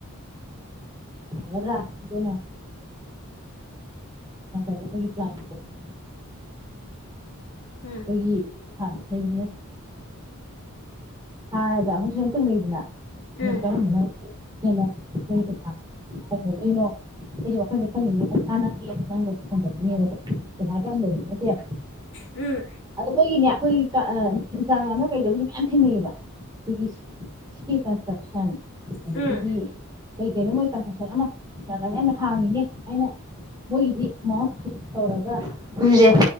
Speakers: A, on the right (about 20°); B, on the left (about 60°).
A: ꯌꯥꯗ꯭ꯔꯥ ꯑꯗꯨꯅ ꯂꯣ <unintelligible>
B: ꯎꯝ
A: ꯑꯩꯈꯣꯏꯒꯤ ꯁꯥꯠ ꯍꯩꯕꯗꯤ ꯍꯥꯏꯔꯒ ꯑꯃꯨꯛꯁꯦꯝ ꯇꯣꯛꯅꯩꯗꯅ
B: ꯎꯝ
A: ꯀꯔꯝꯕꯅ ꯍꯦꯟꯅ ꯑꯩꯈꯣꯏꯅ ꯄꯩꯁꯥ ꯗꯏꯅꯣ ꯑꯩꯁꯦ ꯋꯥꯈꯜꯁꯦ ꯈꯟꯅꯤꯡꯉꯦ ꯄꯁꯥ ꯅꯒꯦꯅ ꯅꯪꯒ ꯐꯣꯟꯗꯅꯦꯕꯀꯣ ꯄꯩꯁꯥꯗꯤ ꯌꯥꯝ ꯂꯩꯕ ꯅꯠꯇꯦꯕ
B: ꯎꯝ
A: ꯑꯗꯣ ꯃꯣꯏꯒꯤꯅꯦ ꯑꯩꯈꯣꯏ ꯏꯟꯁꯥꯒ꯭ꯔꯥꯝꯅ ꯀꯩꯗꯕꯨꯗꯤ ꯃꯌꯥꯝ ꯊꯦꯡꯅꯩꯕ ꯑꯩꯈꯣꯏꯒꯤ ꯁꯤꯒꯤ ꯀꯟꯁꯇ꯭ꯔꯛꯁꯟ ꯑꯗꯒꯤꯗꯤ
B: ꯎꯝ
A: ꯀꯩ ꯀꯩꯅꯣ ꯃꯣꯏ ꯀꯟꯁꯇ꯭ꯔꯛꯁꯟ ꯑꯃ ꯌꯥꯝ ꯍꯥꯡꯉꯤꯅꯦ ꯑꯩꯅ ꯃꯣꯏꯒꯤꯗꯤ ꯑꯦꯃꯥꯎꯟ ꯇꯧꯔꯒ ꯌꯨꯝꯁꯦ